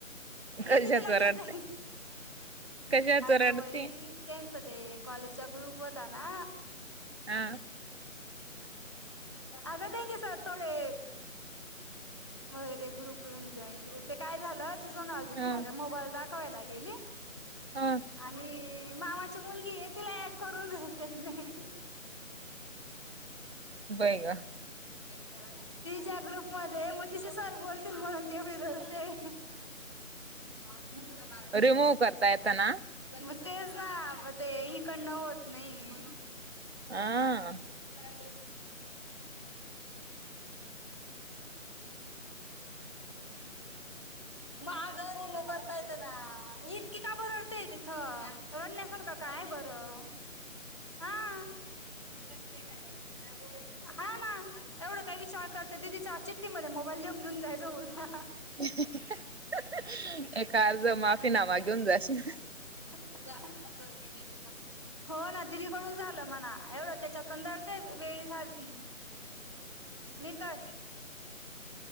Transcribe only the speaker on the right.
कशाच
रडते
कशाच
रडते
हा.
हा
हा
बै का.
रिमूव्ह करता येत ना
<unintelligible>
<inaudible>
माफीनामा घेऊन जाशील.